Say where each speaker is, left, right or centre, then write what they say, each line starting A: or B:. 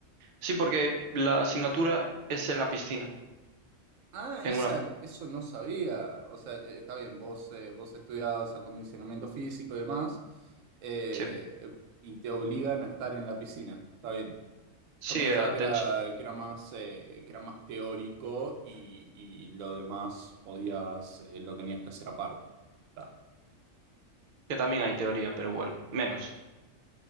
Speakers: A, on the right; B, on the right.
A: Sí, porque la asignatura es en la piscina,
B: Ah,
A: en
B: esa,
A: una...
B: eso no sabía. O sea, eh, está bien, vos, eh, vos estudiás acondicionamiento físico y demás, eh,
A: Sí,
B: eh, y te obligan a estar en la piscina. Está bien.
A: sí,
B: Yo pensaba
A: eh, de
B: que era,
A: hecho,
B: que era más, eh, que era más teórico y, y lo demás podías, eh, lo tenías que hacer aparte. Ta.
A: que también hay teoría, pero bueno, menos.